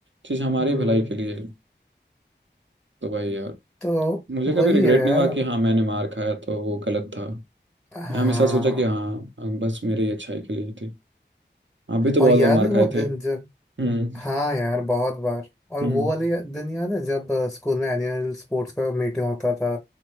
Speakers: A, on the right (about 80°); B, in the centre.
A: चीज़ हमारी
B: हम्म
A: भलाई के लिए है। तो भाई यार
B: तो
A: मुझे
B: वही
A: कभी रिग्रेट
B: है यार
A: नहीं हुआ कि हाँ मैंने मार खाया तो वो गलत था
B: हाँ
A: मैं हमेशा सोचा कि हाँ अब बस मेरी ही अच्छाई के लिए ही थी आप भी तो बहुत
B: और याद
A: बार मार
B: है वो
A: खाए
B: दिन
A: थे
B: जब
A: हम्म
B: हाँ यार बहुत बार और
A: हम्म
B: वो वाले या- दिन याद है जब अ, स्कूल में एनुअल स्पोर्ट्स का मीटिंग होता था